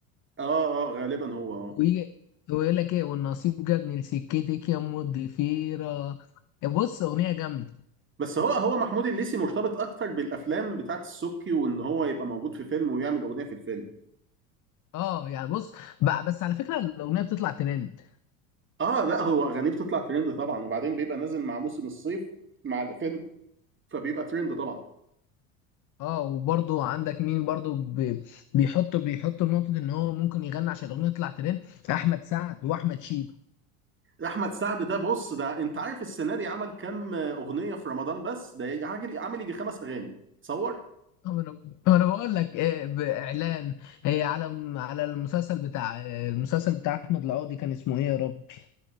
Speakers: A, on the right; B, on the left.
A: اه اه غالبا هو اه
B: ويجي ويقول لك إيه والنصيب جابني لسكتك يا أم الضفيرة بص أغنية جامدة
A: بس هو هو محمود الليثي مرتبط اكتر بالافلام بتاعت السبكي وان هو يبقى موجود في فيلم ويعمل اغنيه في الفيلم
B: اه يعني بص بقى بس على فكره الاغنيه بتطلع ترند
A: اه لا هو اغانيه بتطلع ترند طبعا وبعدين بيبقى نازل مع موسم الصيف مع الفيلم فبيبقى ترند طبعا
B: اه وبرضو عندك مين برضو ب- بيحطوا بيحطوا نقطه ان هو ممكن يغني عشان الاغنيه تطلع ترند احمد سعد واحمد شيبه
A: احمد سعد ده بص ده انت عارف السنه دي عمل كام اغنيه في رمضان بس ده يجي- عاجل- عامل يجي خمس اغاني تصور
B: طب انا انا بقول لك إيه باعلان إيه على على المسلسل بتاع إيه المسلسل بتاع احمد العوضي كان اسمه ايه يا ربي